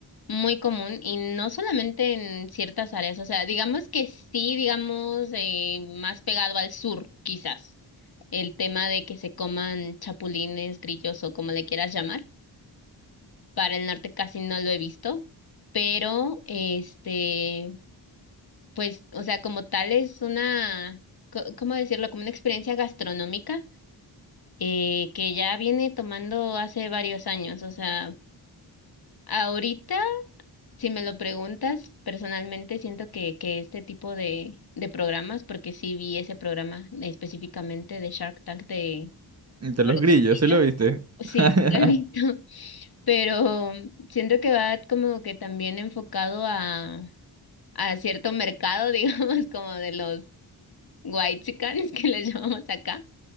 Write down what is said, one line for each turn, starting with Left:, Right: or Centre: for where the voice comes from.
Left: muy común y no solamente en ciertas áreas, o sea, digamos que sí, digamos, eh, más pegado al sur, quizás, el tema de que se coman chapulines, grillos o como le quieras llamar. Para el norte casi no lo he visto, pero este, pues, o sea, como tal es una, co- ¿cómo decirlo? Como una experiencia gastronómica eh, que ya viene tomando hace varios años, o sea, ahorita. Si me lo preguntas, personalmente siento que, que este tipo de, de programas, porque sí vi ese programa específicamente de Shark Tank de
Right: De
Left: sobre
Right: los grillos,
Left: los brillos,
Right: ¿sí lo viste?
Left: sí,
Right: <laughs>
Left: sí lo he visto, <laughs> pero siento que va como que también enfocado a, a cierto mercado, <laughs> digamos, como de los whitexicanes que les <laughs> llamamos acá,